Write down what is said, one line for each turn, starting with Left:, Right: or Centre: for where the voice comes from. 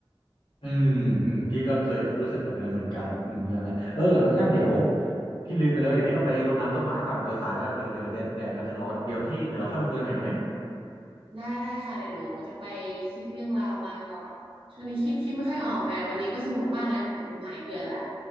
Left: อืมอืมพี่ก็เคยก็รู้สึกแบบนั้นเหมือนกันอืมนั่นแหละเออน้องแอมเดี๋ยวพี่ลืมไปเลยเดี๋ยวพี่ต้องไปรดน้ำต้นไม้ก่อนเดี๋ยวสายแล้วเดี๋ยวเดี๋ยวแดดแดดมันจะร้อนเดี๋ยวพี่เดี๋ยวเราค่อยมาคุยกันใหม่ดีไหม
Right: ได้ได้ค่ะเดี๋ยวหนูจะไปคิดเรื่องราวมาก่อนช่วงนี้คิดคิดไม่ค่อยออกแต่วันนี้ก็สนุกมากเลยหนูหายเบื่อละ